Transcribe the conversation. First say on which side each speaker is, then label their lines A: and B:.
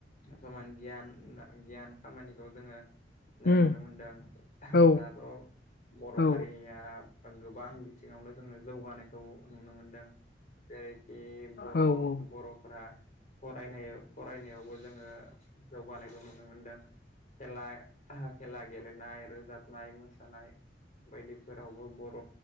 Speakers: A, on the left (about 45°); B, on the left (about 60°).
A: समान गियान, गियान खामानिखौ जोङो दा
B: उम
A: नुनो मोनदों
B: औ
A: दाथ' बर'
B: औ
A: हारिया गोबां बिथिङावनो जोङो जौगानायखौ नुनो मोनदों जेरै बि
B: औ
A: बर'
B: औ
A: बर'फोरा फरायनाय फरायनायावबो जोङो जौगानायखौ नुनो मोनदों। खेला- खेला गेलेनाय रोजाबनाय मोसानाय बायदिफोरावबो बर'